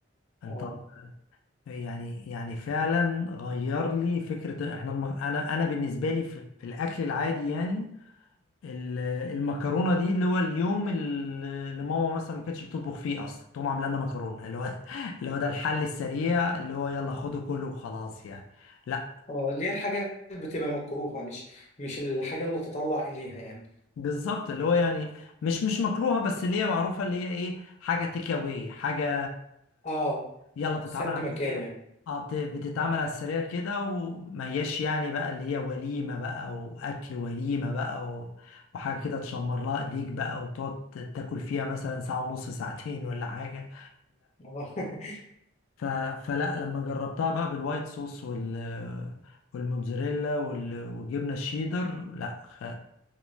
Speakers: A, on the left; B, on the left.
A: كان
B: اه
A: طعم يعني يعني فعلا غير لي فكرة احنا الم... انا انا بالنسبة لي في, في الاكل العادي يعني ال- المكرونة دي اللي هو اليوم ال- اللي ماما مثلا ما كانتش بتطبخ فيه اصلا تقوم عامله لنا مكرونة اللي هو <laughs> اللي هو ده الحل السريع اللي هو يلا خده كله وخلاص يعني لا
B: اه اللي هي الحاجة اللي بتبقى مكروهة مش مش الحاجة اللي تطلع إليها يعني
A: بالظبط اللي هو يعني مش مش مكروهه بس اللي هي معروفه اللي هي ايه حاجه تيك اواي حاجه
B: اه
A: يلا بتتعمل
B: سد
A: على
B: مكان
A: السريع
B: يعني
A: اه بت- بتتعمل على السريع كده وما هياش يعني بقى اللي هي وليمه بقى واكل وليمه بقى و... وحاجه كده تشمر لها ايديك بقى وتقعد تاكل فيها مثلا ساعه ونص ساعتين ولا حاجه
B: اه <laughs>
A: ف... فلا لما جربتها بقى بالوايت صوص وال والموتزاريلا وال... وجبنة الشيدر لا خ...